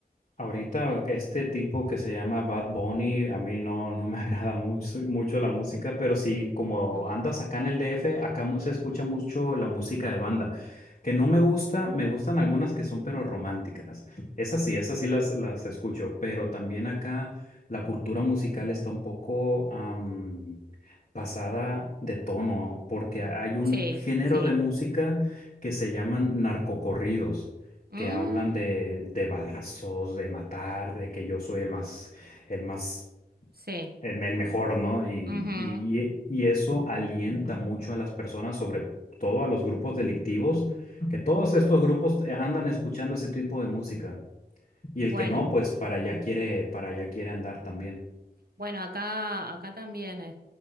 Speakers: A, on the left (about 45°); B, on the right (about 70°).
A: Ahorita este tipo que se llama Bad Bunny, a mí no, no me <laughs> agrada mucho, mucho
B: n-
A: la música, pero sí, como
B: no,
A: andas acá en el DF, acá mu- se escucha mucho la música de banda, que no me gusta, me gustan algunas que son pero románticas. Esas sí, esas sí las, las escucho, pero también acá la cultura musical está un poco am, pasada de tono, porque hay un
B: sí,
A: género
B: sí,
A: de música que se llaman narcocorridos
B: mm,
A: que hablan de, de balazos, de matar, de que yo soy el más, el más,
B: sí,
A: el, el mejor, ¿no? Y,
B: ujú.
A: y, y y eso alienta mucho a las personas, sobre todo a los grupos delictivos, que todos estos grupos eh, andan escuchando ese tipo de música. Y el
B: Bueno,
A: que no, pues para allá quiere, para allá quiere andar también.
B: bueno, acá, acá también es,